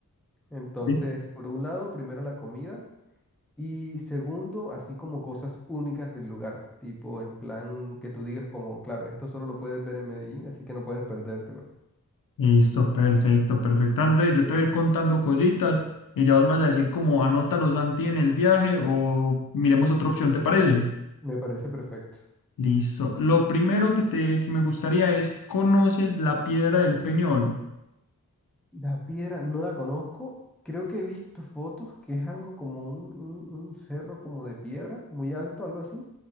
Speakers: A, in the centre; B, on the left.
A: Entonces,
B: Sí.
A: por un lado, primero la comida y segundo, así como cosas únicas del lugar, tipo en plan que tú digas como, claro, esto solo lo puedes ver en Medellín, así que no puedes perdértelo.
B: Listo, perfecto, perfecto, Andrés. Yo te voy a ir contando cositas y ya vos me vas a decir como anótalo Santi en el viaje o miremos otra opción, ¿te parece?
A: Me parece perfecto.
B: Listo. Lo primero que, te, que me gustaría es, ¿conoces la Piedra del Peñol?
A: La piedra no la conozco. Creo que he visto fotos que es algo como un, un un cerro como de piedra, muy alto, algo así.